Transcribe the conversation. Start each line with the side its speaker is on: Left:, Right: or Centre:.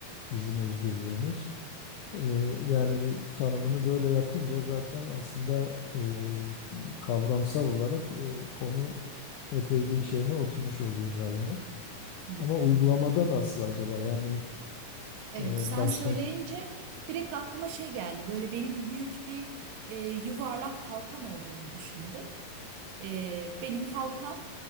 Left: bizim özgürlüğümüz. Eee, yani tanımını böyle yapınca zaten aslında eee, kavramsal olarak eee, konu epey bir şeyine oturmuş oluyor rayına.
Right: Hı hı.
Left: Ama uygulamada nasıl acaba? Yani
Right: Evet,
Left: eee
Right: sen
Left: başta
Right: söyleyince direkt aklıma şey geldi. Böyle benim büyük bir e, yuvarlak halkam olduğunu düşündüm. E, benim halkam